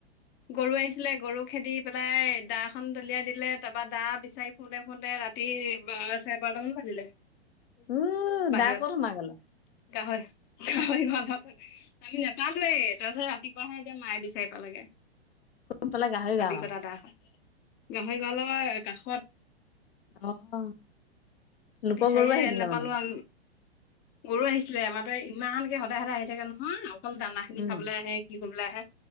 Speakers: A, on the left (about 30°); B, on the left (about 65°).
A: গৰু আহিছিলে গৰু খেদি পেলাই দা খন দলিয়াই দিলে তাৰপৰা দা বিচাৰি ফুৰতে ফুৰতে ৰাতি বাৰটামান বাজিলে
B: উম
A: বাহিৰত।
B: দাই ক'ত সোমাই গ'লে
A: গাহৰি গাহৰি গঁৰালত। কালি নেপালোৱেই তাৰপিছত ৰাতিপুৱাহে এতিয়া মায়ে বিচাৰি পালেগে।
B: ক'ত পালে গাহৰি
A: হাবি
B: গঁৰালত
A: কত দা খন। গাহৰি গঁৰাল কাষত।
B: অ'। লোকৰ
A: বিচাৰিয়ে
B: গৰু আহিছিলে
A: নেপালো
B: মানে
A: আ গৰু আহিছিলে আমাৰ তাত ইমানকে সদায় সদায় আহি থাকে নহয় অকল দানা খিনি
B: উম
A: খাবলৈ আহে। কি কৰিবলৈ আহে